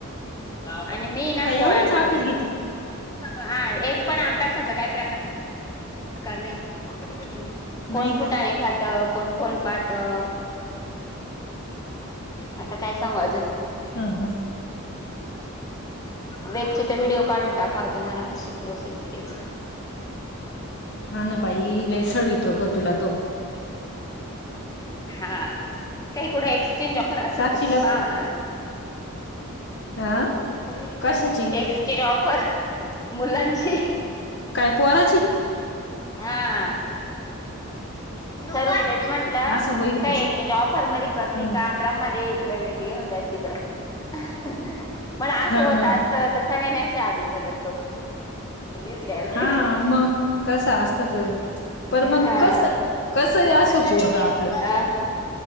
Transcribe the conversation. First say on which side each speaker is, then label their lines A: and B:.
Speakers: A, on the left (about 15°); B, on the left (about 50°).
A: आणि मी ना
B: काय
A: पोळ्या
B: एवढ्यांचा
A: करते
B: अभ्यास घेती
A: हा एक पण अभ्यासाच काय प्रकार प्रकार नाही. कोण
B: नाही
A: फुटाणे
B: का
A: खातं कोण फोन पाहातं आता काय सांगू अजून
B: हम्म हम्म
A: वेदचे तर व्हिडिओ काढून टाकावा तुम्हाला अशी प्रोसेस त्याची
B: हा ना बाई लैय सळीतो गं बाई तुला तो
A: हा काही कुठं एक्सचेंज ऑफर असंल
B: साक्षीला
A: तर ती पाहवं लागलं
B: अ
A: <unintelligible>
B: कशाची
A: एक्संचेज ऑफर मुलांची
B: काय पोराची
A: हा सरू तेच म्हंटलं
B: असं होईल
A: काही
B: का
A: एक्स्चेंज ऑफर मध्ये करतील
B: ह
A: का? ब्रह्मदे इकडे वेद घेऊन जाय तिकडं पण असं
B: ह
A: होतं
B: ह
A: आस तर सगळ्यांनी अशी आदला बदल करून घेतली असती
B: हा मग तस अस त तर पर मग
A: हा
B: कस कसही असो
A: आता
B: पोरगं
A: नाही घ्यायची
B: आपलं
A: अ. जाऊन घे